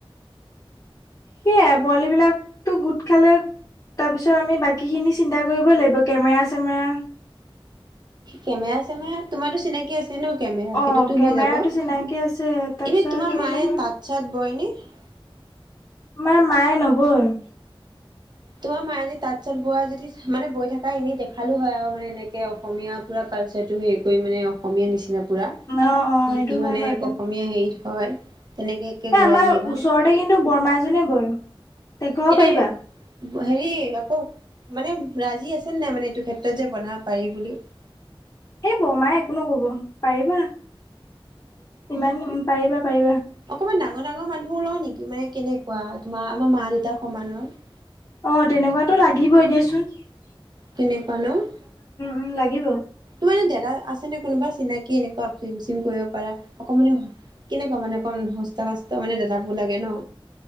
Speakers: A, on the left; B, on the right.
A: সেয়াই পোৱালিবিলাকতো গোট খালে <inaudible> তাৰপিছত আমি বাকীখিনি চিন্তা কৰিব লাগিব কেমেৰা-চেমেৰা। <unintelligible>
B: কেমেৰা-চেমেৰা তোমাৰটো চিনাকি আছে <unintelligible> আছে ন কেমেৰা
A: অ
B: সেইটোতো
A: কেমেৰাটো
B: হৈ যাব।
A: চিনাকি আছে তাৰপিছত
B: এনেই তোমাৰ
A: কৰিব
B: মায়ে
A: লাগিব
B: তাঁত-চাত বয় নে? <unintelligible>
A: আমাৰ মায়ে নবয়। <unintelligible>
B: তোমাৰ মায়ে যদি তাঁত-চাত বোৱা যদি মানে বৈ থাকা এনেই দেখালো হয় আৰু মানে এনেকে <unintelligible> অসমীয়াাৰ পুৰা কালচাৰটো হেৰি কৰি মানে অসমীয়া নিচিনা <unintelligible> পুৰা <inaudible>
A: অ অ
B: কি
A: সেইটো
B: কি
A: হয়
B: মানে
A: বাৰু
B: অসমীয়া হেৰিত হয় তেনেকে। <unintelligible>
A: এই আমাৰ
B: মেলি
A: ওচৰতে কিন্তু বৰমা এজনীয়ে বয়। <unintelligible>
B: এনেই
A: পাৰিবা
B: <unintelligible> হেৰি আকৌ মানে ৰাজি আছে নাই মানে এইটো ক্ষেত্ৰত যে বনাব পাৰি বুলি? <unintelligible>
A: এই বৰমাই একো নকব পাৰিবা। ইমান পাৰিবা-পাৰিবা। <inaudible>
B: অকণমান ডাঙৰ-ডাঙৰ মানুহ ল‌ওঁ নেকি? মানে কেনেকুৱা তোমাৰ আমাৰ মা-দেউতাৰ সমানৰ? <unintelligible>
A: অঁ তেনেকুৱাতো লাগিবই এ দিয়া চোন। <unintelligible>
B: তেনেকুৱা ন? <inaudible>
A: উম লাগিব অ
B: তোৰ মানে দাদা আছে নে কোনোবা চিনাকি এনেকুৱা ফ্লিম-চিলিম কৰিব পাৰা <unintelligible> মানে কেনেকুৱা মানে অকণ হস্ত <unintelligible> মানে দাদাবোৰ লাগে ন?